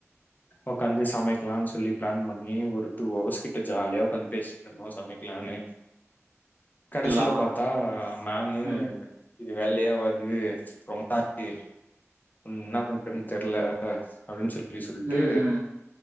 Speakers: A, on the left; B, on the right.
A: உக்காந்து சமைக்கலான் சொல்லி ப்ளன் பண்ணி ஒரு டூ அவர்ஸ் கிட்ட ஜாலியா உக்காந்து பேசிட்டு இருந்தோ சமைக்கலான்னு கடைசில
B: எல்லா
A: பாத்தா நான்னு
B: ம்
A: இது வெள்ளையா வருது ரொம்பா ட்டு என்ன பண்றதுன் தெர்ல அப்டின் சொல் அப்படி சொல்லிட்டு
B: ம் ம்